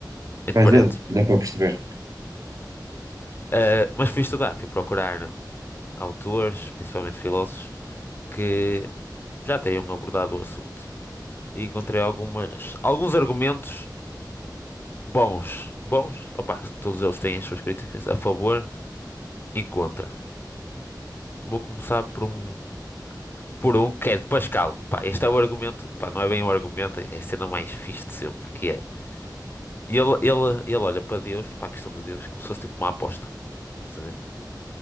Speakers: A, on the left (about 30°); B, on the right (about 50°).
A: entre
B: Quer
A: parênteses.
B: dizer, dá para perceber.
A: Uh, mas fui estudar, fui procurar autores, principalmente filósofos, que já tenham abordado o assunto. E encontrei algumas, alguns argumentos bons. Bons? Opa, todos eles têm as suas críticas a favor e contra. Vou começar por um, por um que é de Pascal. Pá, este é o argumento, pá, não é bem um argumento, é a cena mais fixe de sempre, que é. E Ele, ele, ele olha para Deus, para a questão de Deus, como se fosse tipo uma aposta. Estás a ver?